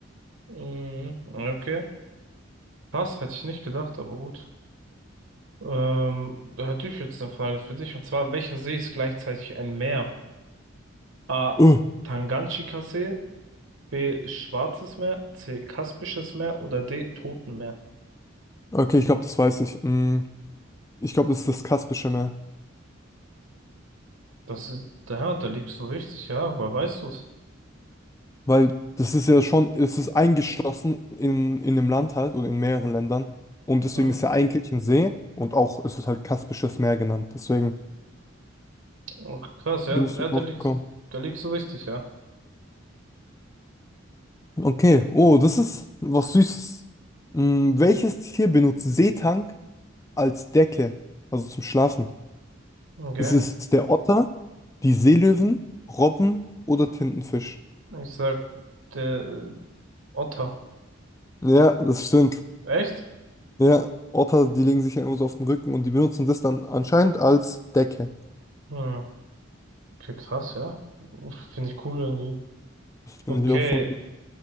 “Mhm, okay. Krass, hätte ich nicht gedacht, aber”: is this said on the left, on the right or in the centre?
Right